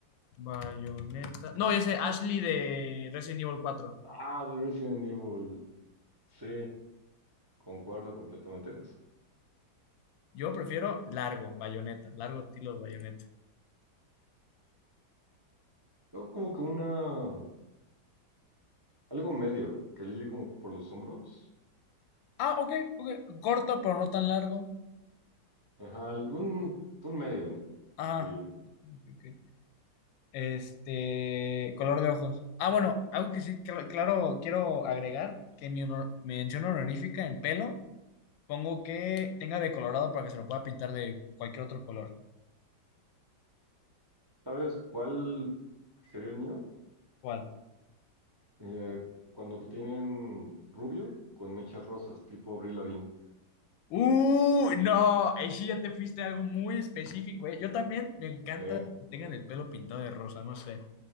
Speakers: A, on the left; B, on the right.
A: Bayonetta. No, ya sé, Ashley de Resident Evil 4.
B: Ah, de Resident Evil. Sí, concuerdo completamente en eso.
A: Yo prefiero largo, bayoneta, largo tiro de bayoneta.
B: Yo como que una... algo medio, que ligue como por los hombros.
A: Ah, ok, ok. Corto, pero no tan largo.
B: Ajá, algún... un medio,
A: Ajá.
B: diría.
A: ok, ok. Este, color de ojos. Ah, bueno, algo que sí, cl- claro, quiero agregar, que mi honor- mención honorífica en pelo, pongo que tenga de colorado para que se lo pueda pintar de cualquier otro color.
B: ¿Sabes cuál sería el mío?
A: ¿Cuál?
B: Eh, cuando tienen rubio con mechas rosas, tipo Avril Lavigne.
A: ¡Uh! No, ahí sí ya te fuiste a algo muy específico, ¿eh? Yo también me encanta
B: Eh,
A: que tengan el pelo pintado de rosa, no sé.